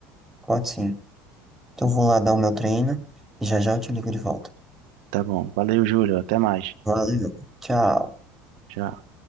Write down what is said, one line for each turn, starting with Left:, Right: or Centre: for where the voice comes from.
Centre: Pode sim. Então eu vou lá dar o meu treino e já já eu te ligo de volta.
Right: Tá bom. Valeu, Júlio. Até mais.
Centre: Valeu, tchau.
Right: Tchau.